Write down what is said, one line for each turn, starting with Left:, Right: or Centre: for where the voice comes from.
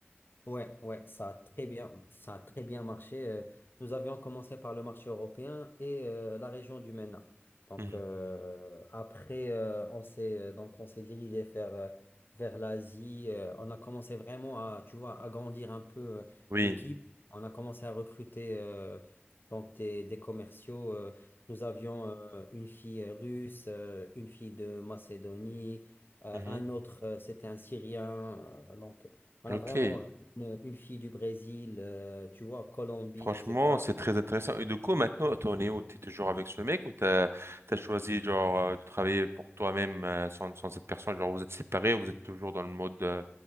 Left: Ouais, ouais, ça a très bien, ça a très bien marché. Euh, Nous avions commencé par le marché européen et euh, la région du MENA. Donc
Right: Mhm.
Left: euh, après, euh, on s'est euh, donc on s'est dirigé vers euh, vers l'Asie. Euh, on a commencé vraiment à, tu vois, agrandir un peu euh,
Right: Oui.
Left: l'équipe. On a commencé à recruter euh, donc des, des commerciaux. Euh, nous avions euh, une fille euh, russe, euh, une fille de Macédonie, euh,
Right: Mhm.
Left: un autre, euh, c'était un Syrien. Euh, donc on
Right: Ok,
Left: a vraiment une, une fille du Brésil, euh, tu vois, Colombie,
Right: franchement,
Left: etc.
Right: c'est très intéressant. Et du coup, maintenant, t'en es où? T'es toujours avec ce mec ou t'as t'as choisi genre euh, de travailler pour toi-même euh, sans, sans cette personne? Genre, vous êtes séparés ou vous êtes toujours dans le mode euh,